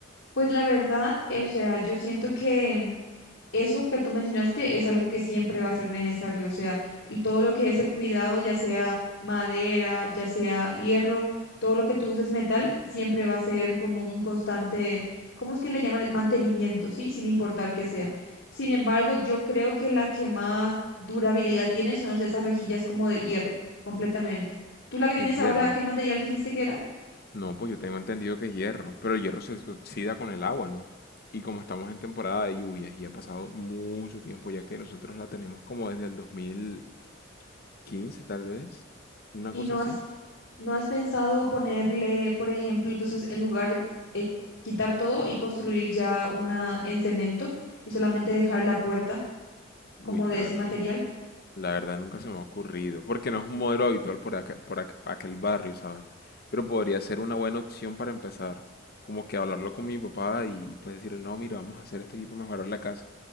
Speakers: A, on the left; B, on the left.
A: pues la verdad, eh, o sea, yo siento que eso que tú mencionaste es algo que siempre va a ser necesario, o sea, el- todo lo que es el cuidado, ya sea madera, ya sea hierro, todo lo que tú uses metal, siempre va a ser como un constante, ¿cómo es que le llaman? Mantenimiento, ¿sí? Sin importar que sea. Sin embargo, yo creo que la que más durabilidad tiene son esas rejillas como de hierro, completamente. ¿Tú la que tienes
B: El hierro.
A: ahora, qué material dijiste que era?
B: No, pues yo tengo entendido que es hierro, pero el hierro se oxida con el agua, ¿no? Y como estamos en temporada de lluvias y ha pasado mucho tiempo, ya que nosotros la tenemos como desde el 2015 tal vez, una
A: y
B: cosa
A: no
B: así.
A: has, no has pensado ponerle, por ejemplo, entonces en lugar eh, quitar todo y construir ya una en cemento y solamente dejar la puerta
B: Uy,
A: como
B: la
A: de ese
B: verdad.
A: material.
B: La verdad nunca se me ha ocurrido, porque no es un modelo habitual por acá- por ac- aquel barrio, ¿sabes? Pero podría ser una buena opción para empezar, como que hablarlo con mi papá y pues decirle, no, mira, vamos a hacer esto aquí para mejorar la casa.